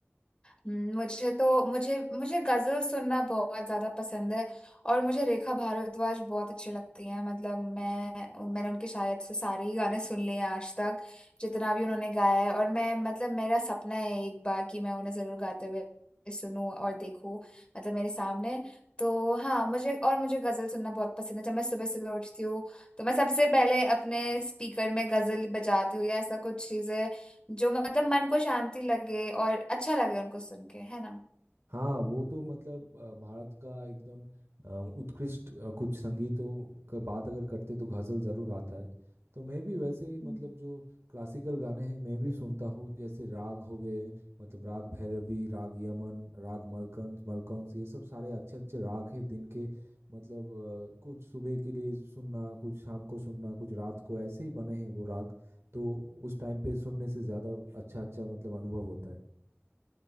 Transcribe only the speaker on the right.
हाँ वो तो मतलब अ, भारत का एकदम अ, उत्कृष्ट अ, कुछ संगीतों का बात अगर करते तो गजल जरूर आता है तो मैं भी वैसे मतलब
जो क्लासिकल गाने हैं मैं भी सुनता हूँ जैसे राग हो गए मतलब राग भैरवी राग यमन राग मलकंस मलकंस ये सब सारे अच्छे अच्छे राग हैं दिन के मतलब अ, कुछ सुबह के लिए सुनना कुछ शाम को सुनना कुछ रात को ऐसे ही बने हैं वो राग तो उस टाइम पे सुनने से ज़्यादा अच्छा अच्छा मतलब अनुभव होता है